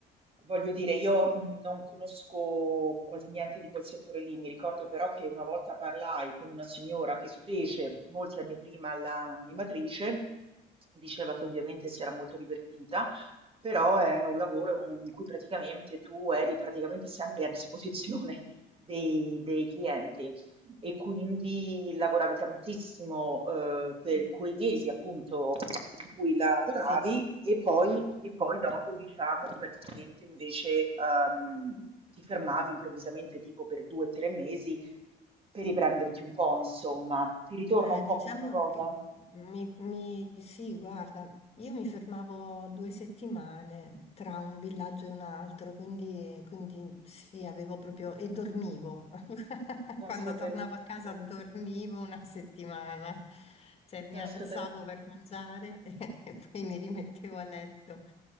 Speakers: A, on the right; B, on the left.
A: voglio dire, io mh, non conosco quasi niente di quel settore lì. Mi ricordo però che una volta parlai con una signora che fece molti anni prima l'animatrice, diceva che ovviamente si era molto divertita però era un lavoro mhmm, in cui praticamente tu eri praticamente sempre a disposizione dei, dei clienti e quindi lavoravi tantissimo eh, per
B: Sì.
A: quei mesi appunto in cui lavoravi
B: sì.
A: e poi, e poi dopo diciamo praticamente invece ehm, ti fermavi improvvisamente tipo per due o tre mesi per riprenderti un po' insomma. Ti ritorna
B: Eh,
A: un po'
B: diciamo
A: questa cosa?
B: che mi, mi- sì, guarda, io mi fermavo due settimane tra un villaggio e un altro, quindi, quindi sì, avevo proprio... e dormivo. <laughs>
A: Pensate,
B: Quando tornavo a casa
A: pensate,
B: dormivo una settimana, cioè mi
A: pensate.
B: alzavo per mangiare <laughs> e poi mi rimettevo a letto